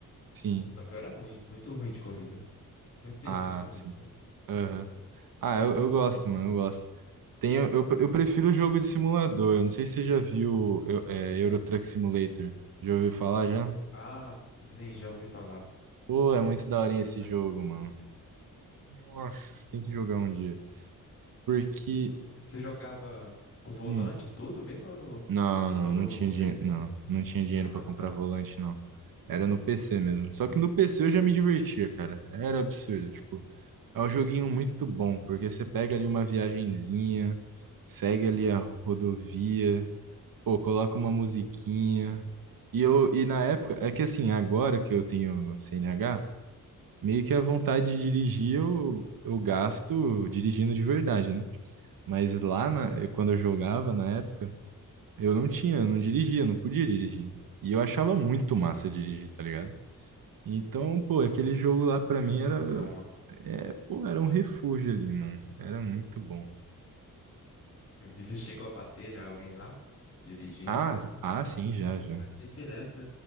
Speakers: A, on the right; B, on the left.
A: Sim.
B: Só que eu era ruim, muito ruim de corrida. Sempre perdi
A: Ah,
B: as corridas,
A: sim.
B: sabe?
A: Aham. Ah, eu, eu gosto, mano, eu gosto. Tem, eu, eu, eu prefiro o jogo de simulador. Eu não sei se você já viu eu- é, Euro Truck Simulator. Já ouviu falar já?
B: Ah, sim, já ouvi falar.
A: Pô, é muito daorinha esse
B: Mas
A: jogo, mano. Nossa, você tem que jogar um dia. Porque.
B: você jogava com volante
A: hum,
B: e tudo mesmo ou no,
A: não, não,
B: ou no,
A: não tinha
B: no
A: dinheiro.
B: PC?
A: Não, não tinha dinheiro
B: Ah,
A: pra comprar
B: tá.
A: volante, não. Era no PC mesmo. Só que no PC eu já me divertia, cara. Era absurdo. Tipo, é um joguinho muito bom, porque você pega ali uma viagenzinha, segue ali a rodovia. Pô, coloca uma musiquinha. E eu, e na época, é que assim, agora que eu tenho CNH, meio que a vontade de dirigir eu, eu gasto dirigindo de verdade, né? Mas lá na,
B: Aham,
A: eu- quando eu jogava na época, eu não tinha, eu não dirigia, eu não podia dirigir. E eu achava muito massa dirigir, tá ligado? Então, pô,
B: aham,
A: aquele
B: de
A: jogo lá pra
B: caminhãozão
A: mim era, é, pô, era um refúgio ali, mano. Era muito bom.
B: E você chegou a bater já alguém lá? Dirigindo,
A: Ah,
B: pô.
A: ah, sim, já, já.
B: Batia direto.